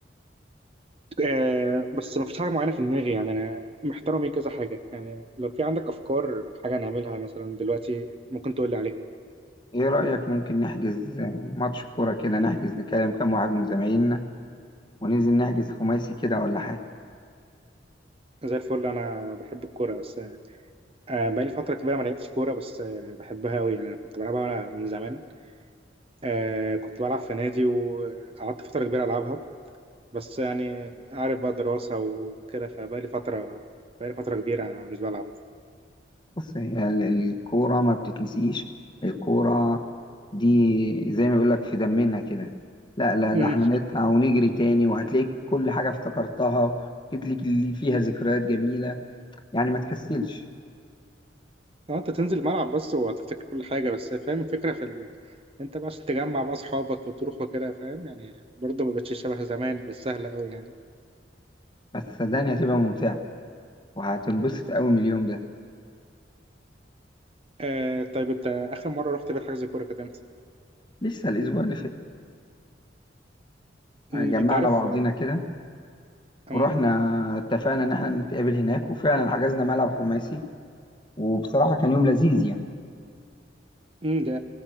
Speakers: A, on the right; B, on the left.
A: آه، بس ما فيش حاجه معينه في دماغي يعني انا محتار بين كذا حاجه يعني لو في عندك افكار حاجه نعملها مثلا دلوقتي ممكن تقول لي عليها
B: ايه رايك ممكن نحجز ماتش كوره كده نحجز نكلم كام واحد من زمايلنا وننزل نحجز خماسي كده ولا حاجه
A: زي الفل انا بحب الكوره بس آه، بقالي فتره كبيره ما لعبتش كوره بس آه، بحبها قوي يعني انا كنت بلعبها من زمان آه، كنت بلعب في نادي وقعدت فتره كبيره العبها بس يعني عارف بقى دراسة وكده فبقالي فترة بقالي فترة كبيرة مش بلعب
B: بص هي ال- الكوره ما بتتنسيش الكوره دي زي ما بيقول لك في دمنا كده لا لا ده
A: امم
B: احنا نطلع ونجري تاني وهتلاقيك كل حاجه افتكرتها وهتلاقيك اللي فيها ذكريات جميله يعني ما تكسلش
A: اه انت تنزل الملعب بس وهتفتكر كل حاجة بس فاهم الفكرة في ال... انت بقى عشان تجمع بقى اصحابك وتروح وكده فاهم يعني برضه ما بقتش شبه زمان مش سهلة قوي يعني
B: بس صدقني هتبقى ممتعه وهتنبسط قوي من اليوم ده
A: آه طيب انت اخر مرة رحت في حجز كورة كانت امتى؟
B: لسه الاسبوع اللي فات
A: امم،
B: جمعنا
A: انت عارف
B: بعضينا كده
A: امم
B: ورحنا اتفقنا ان احنا نتقابل هناك وفعلا حجزنا ملعب خماسي وبصراحة كان يوم لذيذ يعني
A: امم، ده